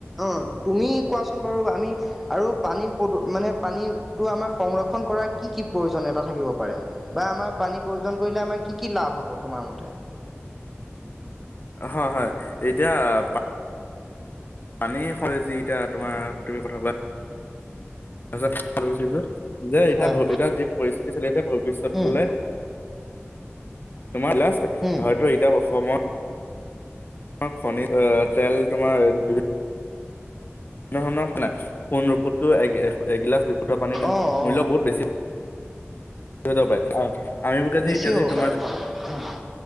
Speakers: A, in the centre; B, on the left.
A: অঁ তুমি কোৱাচোন বাৰু আমি আৰু পানী প মানে পানীটো আমাৰ সংৰক্ষণ কৰা কি কি প্ৰয়োজনীয়তা থাকিব পাৰে বা আমাৰ পানীৰ প্ৰয়োজন কৰিলে আমাৰ কি কি লাভ হ'ব তোমাৰ মতে?
B: হয় হয় এতিয়া পা পানী হয় যি এতিয়া তোমাৰ তুমি কথা কোৱাত তাৰপিছত ক'ব বিচাৰিছো। যে এতিয়া
A: হয়।
B: এতিয়া যি পৰিস্থিতি চলি আছে ভৱিষ্যতলে
A: উম,
B: তোমাৰ লাষ্ট
A: উম,
B: হয়তো এতিয়া অসমত অঁ' খনিজ এ তেল তোমাৰ বিভিন্ন বিভিন্ন ধৰণৰ সোণ ৰূপত কৈও এগিলাছ বিশুদ্ধ পানীৰ
A: অঁ,
B: মূল্য
A: অঁ,
B: বহুত বেছি <unintelligible>
A: বেছি হ'ব পাৰে হয় উম।